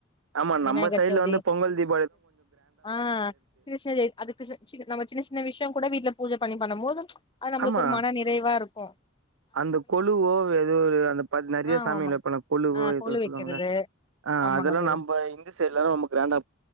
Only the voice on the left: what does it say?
விநாயகர்
சவுதி
ஆ அது சரி அதுக்கு நம்ம சின்ன சின்ன விஷயோ கூட வீட்ல பூஜ பண்ணி பண்ணும் போது அது நம்மளுக்கு
ஒரு மன நிறைவா இருக்கு ம்
ஆ
ஆமா
ஆ
கொலு
வைக்கிறது
ஆமாங்க
தோழா